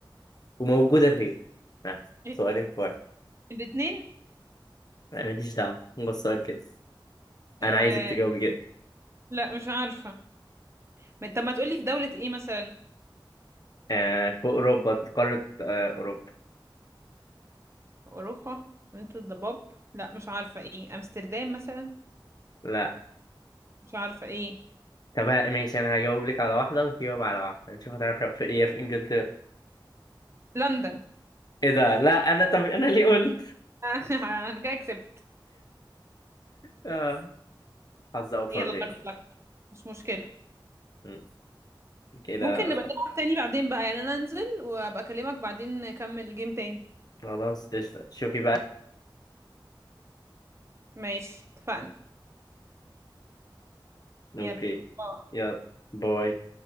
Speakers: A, on the left; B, on the right.
A: وموجودة فين آه.
B: إيه؟
A: سؤالين فرق
B: الاتنين؟
A: آه، ماليش دعوة هو السؤال كده
B: آه...
A: انا عايزك تجاوبي كده
B: لا مش عارفة ما- طب ما تقولي في دولة ايه مثلا
A: آه في اوروبا في قارة آه اوروبا
B: اوروبا مدينة الضباب لا مش عارفة ايه امستردام مثلا
A: لا
B: مش عارفة ايه
A: طب ماشي انا هجاوب لك على واحدة وتجاوب على واحدة نشوف هتعرف في ايه في انجلترا
B: لندن
A: ايه ده لا انا طب انا ليه قلت
B: <laughs> انا كده كسبت
A: اه حظ اوفر
B: يلا
A: ليه
B: هارد لك مش مشكلة
A: مم. كده
B: ممكن نبقى
A: خ-
B: نلعب تاني بعدين بقى يعني انا انزل وابقى اكلمك بعدين نكمل جيم تاني
A: خلاص قشطة شوفي بقى
B: ماشي اتفقنا يلا
A: اوكي
B: باي.
A: يلا باي